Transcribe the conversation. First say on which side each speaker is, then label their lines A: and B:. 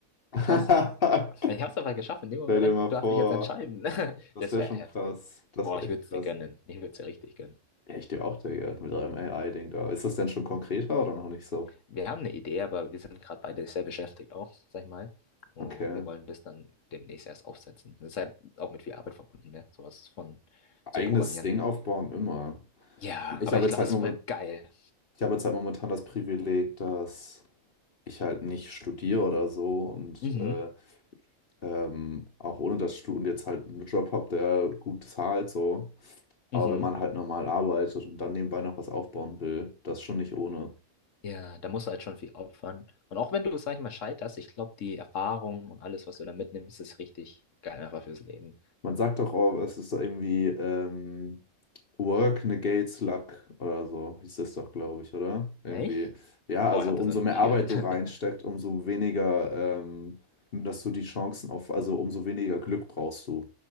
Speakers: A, on the left (about 50°); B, on the left (about 70°).
A: <laughs>
B: Krass. Ich hab's aber geschafft. In dem Moment
A: Stell dir mal
B: darf
A: vor,
B: ich jetzt entscheiden. <laughs>
A: das
B: Das
A: wäre
B: wäre
A: schon
B: heftig.
A: krass. Das
B: Boah,
A: wäre
B: ich
A: echt
B: würde
A: krass.
B: es dir gönnen. Ich würde es dir richtig gönnen.
A: Ja, ich dir auch, Digga, mit eurem AI-Ding da. Ist das denn schon konkreter oder noch nicht so?
B: Wir haben eine Idee, aber wir sind gerade beide sehr beschäftigt auch, sag ich mal. Und
A: Okay.
B: wir wollen das dann demnächst erst aufsetzen. Das ist halt auch mit viel Arbeit verbunden, ne? Sowas von zu
A: Eigenes
B: programmieren.
A: Ding aufbauen, immer.
B: Ja,
A: Ich
B: aber
A: habe
B: ich
A: jetzt
B: glaube,
A: halt
B: es
A: moment,
B: ist voll geil.
A: Ich habe jetzt halt momentan das Privileg, dass ich halt nicht studiere oder so und
B: Mhm.
A: äh, ähm, auch ohne das Studium jetzt halt einen Job habe, der gut zahlt so. Aber
B: Mhm.
A: wenn man halt normal arbeitet und dann nebenbei noch was aufbauen will, das ist schon nicht ohne.
B: Ja, da musst du halt schon viel opfern. Und auch wenn du, sag ich mal, scheiterst, ich glaube, die Erfahrung und alles, was du da mitnimmst, ist richtig geil einfach fürs Leben.
A: Man sagt doch, oh, es ist doch irgendwie ähm, Work negates luck oder so, hieß das doch, glaube ich, oder? Irgendwie,
B: Echt?
A: ja,
B: Oh,
A: also
B: ich habe
A: umso
B: das noch
A: mehr
B: nie
A: Arbeit
B: gehört.
A: du
B: <laughs>
A: reinsteckst, umso weniger, ähm, dass du die Chancen auf, also umso weniger Glück brauchst du.